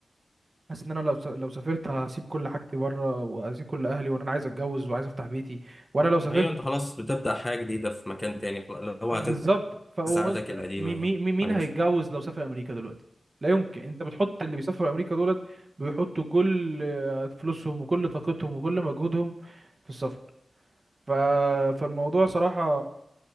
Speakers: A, on the right; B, on the left.
A: حاسس ان انا لو س- لو سافرت هسيب كل حاجتي بره وهسيب كل اهلي وان انا عايز اتجوز وعايز افتح بيتي وانا لو سافرت
B: ايوه انت خلاص بتبدأ حاجة جديدة في مكان تاني خلاص اللي هو
A: ب- بالظبط
B: هتنسى
A: فانت
B: عاداتك القديمة
A: مين
B: بقى.
A: مين
B: ايوه
A: هيتجوز لو سافر امريكا دلوقتي لا يمكن انت بتحط اللي بيسافروا امريكا دولت بيحطوا كل آه، فلوسهم وكل طاقتهم وكل مجهودهم في السفر ف... فالموضوع صراحة